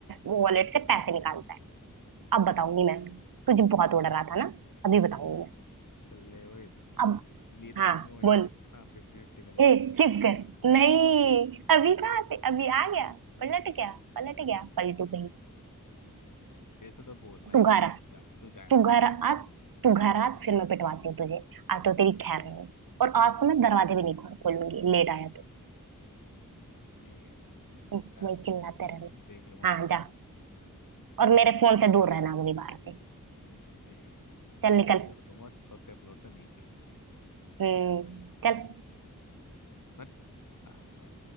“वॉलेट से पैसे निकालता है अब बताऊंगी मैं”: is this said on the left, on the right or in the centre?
Right